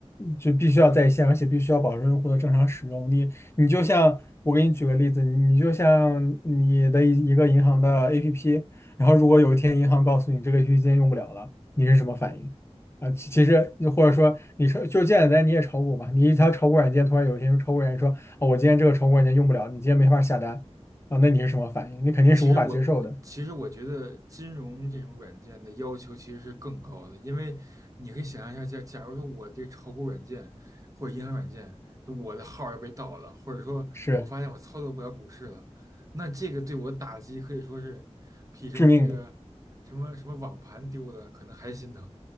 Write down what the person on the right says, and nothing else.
其实我其实我觉得金融这种软件的要求其实是更高的，因为你可以想象一下，假假如说我这炒股软件或者银行软件，就我的号要被盗了，或者说我发现我操作不了股市了，
那这个对我打击可以说是比什么那个什么什么网盘丢的可能还心疼。